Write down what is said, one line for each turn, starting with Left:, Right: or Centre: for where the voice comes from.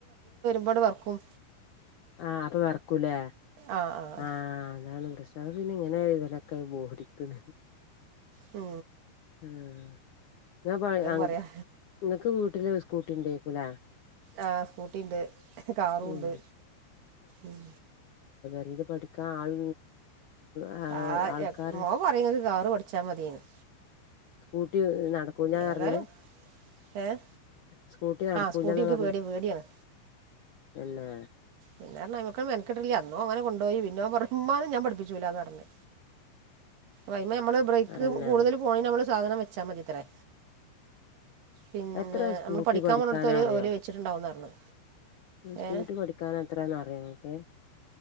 Right: അപ്പണ്ട് വറക്കും
Left: ആഹ അപ്പൊ വെറക്കൂലേ
Right: ആഹ് ആഹ്
Left: ആ അതാണ് പ്രശ്നം അത് പിന്നെ ഇങ്ങനെ ഇതിലൊക്കെ ബോടിക്കണ
Right: ഓ
Left: ആ <unintelligible>
Right: പറയാ
Left: നിങ്ങക്ക് വീട്ടില് സ്കൂട്ടി ഉണ്ടേക്കൂലേ
Right: ആ സ്കൂട്ടിയുണ്ട് കാറുംണ്ട്
Left: ഉം
Right: ഉം
Left: അ പഠിക്കാൻ ആൾ ആഹ്
Right: ആ
Left: ആൾക്കാര്
Right: മോൻ പറയും കാറ് പഠിച്ചാ മതീന്ന്
Left: സ്കൂട്ടി നടക്കൂലാ പറഞ്ഞ്
Right: ഏതായാലും ഏഹ്
Left: സ്കൂട്ടി നടക്കൂല്ലന്നാ
Right: ആഹ് സ്കൂട്ടി എനിക്ക്
Left: പറഞ്ഞ്
Right: പേടി പേടിയാണ്
Left: എന്നാ
Right: പിന്നെർഞ്ഞ <unintelligible> അന്നോ ങ്ങനെ കൊണ്ടോയി പിന്നോൻ പറഞ്ഞ് മ്മാനെ ഞാൻ പഠിപ്പിച്ചൂല്ലാന്ന് പറഞ്ഞ് പൈമ്മള് ബ്രേക്ക്
Left: അതന്നെ
Right: കൂടുതൽ പോണേന് മ്മള് സാധനം വെച്ചാ മതിത്രേ പിന്നെ
Left: എത്ര സ്കൂട്ടി
Right: നമ്മള് പഠിക്കാൻ
Left: പഠിക്കാനറിയോ
Right: പോണോ ട്ത്ത് ഓല് വെച്ചിട്ടുണ്ടാവുന്ന് പറഞ്ഞു
Left: സ്കൂട്ടി
Right: ഏ
Left: പഠിക്കാൻ എത്രാന്ന് അറിയോ ഇങ്ങക്ക്